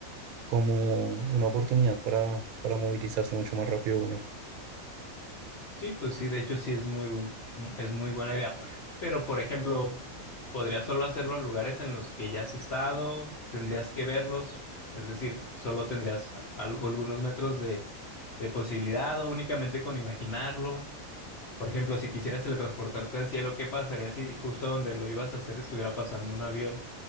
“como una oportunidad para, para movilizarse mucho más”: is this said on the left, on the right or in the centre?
Right